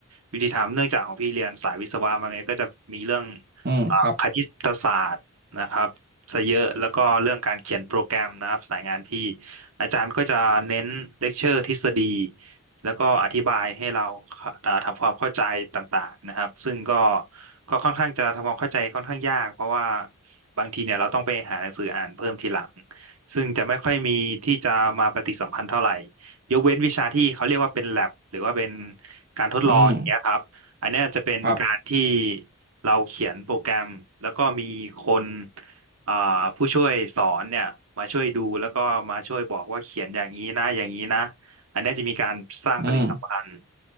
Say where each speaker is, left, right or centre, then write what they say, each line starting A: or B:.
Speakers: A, on the right (about 80°); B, on the right (about 45°).
A: วิธีทำเนื่องจากของพี่เรียนสายวิศวะมาเนี่ยก็จะมีเรื่อง
B: อืมครับ
A: อ่าคณิตศาสตร์นะครับซะเยอะแล้วก็เรื่องการเขียนโปรแกรมนะครับสายงานพี่อาจารย์ก็จะเน้นเลคเชอร์ทฤษฎี แล้วก็อธิบายให้เราเอ่อทำความเข้าใจต่างๆนะครับซึ่งก็ก็ค่อนข้างจะทำความเข้าใจค่อนข้างยากเพราะว่าบางทีเนี่ยเราต้องไปหาหนังสืออ่านเพิ่มทีหลังซึ่งจะไม่ค่อยมีที่จะมาปฏิสัมพันธ์เท่าไหร่ยกเว้นวิชาที่เขาเรียกว่าเป็น lab หรือว่าเป็นการทดลองอย่างเงี้ยครับอันเนี้ยจะเป็นการที่
B: อืมครับ
A: เราเขียนโปรแกรมแล้วก็มีคนเอ่อผู้ช่วยสอนเนี่ยมาช่วยดูแล้วก็มาช่วยบอกว่าเขียนอย่างนี้นะอย่างนี้นะ อันเนี้ยจะมีการสร้างปฏิสัมพันธ์
B: อืม